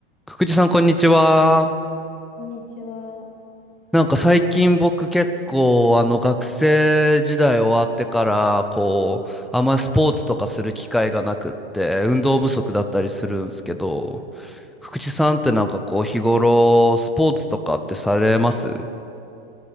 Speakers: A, in the centre; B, on the left.
A: くくじさん、こんにちは。
B: こんにちは。
A: なんか最近僕結構あの学生時代終わってからこうあんまりスポーツとかする機会がなくって運動不足だったりするんですけど福地さんってなんかこう日頃スポーツとかってされます